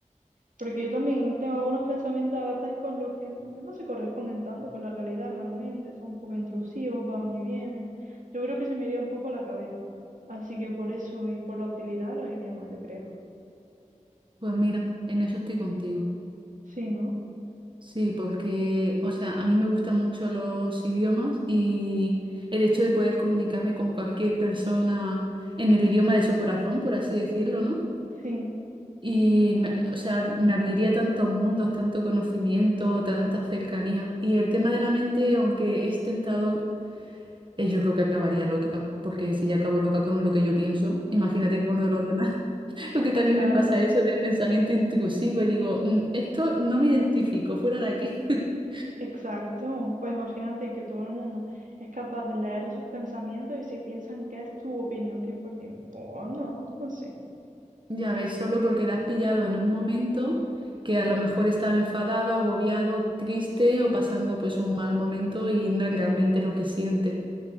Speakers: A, on the right; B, on the right.
A: Porque yo también tengo algunos pensamientos a veces con los que no se corresponden tanto con la realidad realmente, son un poco intrusivos, van y vienen. Yo creo que se me iría un poco la cabeza. Así que por eso y por la utilidad lo iría más, yo creo.
B: Pues mira, en eso estoy contigo.
A: Sí, ¿no?
B: Sí, porque, o sea, a mí me gustan mucho los idiomas y el hecho de poder comunicarme con cualquier persona en el idioma de su corazón, por así decirlo, ¿no?
A: Sí,
B: Y, me- o sea, me abriría tantos mundos, tanto conocimiento, tanta cercanía. Y el tema de la mente, aunque es tentador, eh, yo creo que acabaría loca, porque si ya acabo loca con lo que yo pienso, imagínate con lo de los demás. <laughs>
A: <laughs>
B: Porque también
A: claro.
B: me pasa eso de pensamiento intrusivo y digo, "Mm, esto no me identifico, fuera de aquí. <laughs>
A: Exacto, pues imagínate que todo el mundo es capaz de leer esos pensamientos y si piensan que es tu opinión 100%, o no, no sé.
B: Ya ves, solo porque la has pillado en un momento que a lo mejor estaba enfadado, agobiado, triste o pasando pues un mal momento y no es realmente lo que siente.